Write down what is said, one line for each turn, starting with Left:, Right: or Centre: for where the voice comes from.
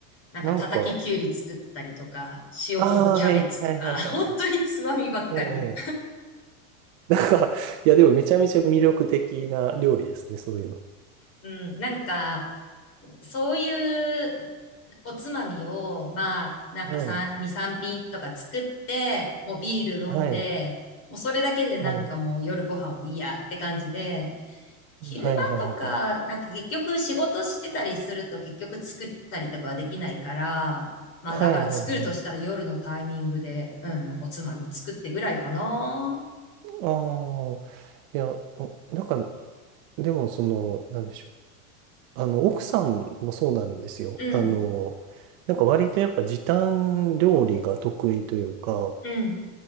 Left: なんか叩ききゅうり作ったりとか、
Right: なんか、
Left: 塩昆布キャベツとか、
Right: ああ、はい、はい、はい、
Left: <laughs>
Right: はい。
Left: 本当につまみばっかり。
Right: うんうん <laughs> なんか、いや、でもめちゃめちゃ魅力的な料理ですね、そういうの。
Left: うん、なんか、そういうおつまみを、まあ、なんか3、
Right: はい、
Left: 2、3品とか作って、もうビール飲んで、
Right: はい、
Left: もうそれだけでなんかもう夜ご飯はいいやって感じで、
Right: はい、
Left: 昼間とか、
Right: はい、はい、はい。
Left: なんか結局仕事してたりすると結局作ったりとかはできないから、まあだから作るとしたら夜のタイミングで、
Right: はい、はい、はい。
Left: うん、おつまみ作ってぐらいかな。
Right: ああ、いや、おなんか、でも、その、なんでしょう。あの、奥さんもそうなんですよ。
Left: うん、
Right: あの、なんか割とやっぱ時短料理が得意というか、
Left: うん、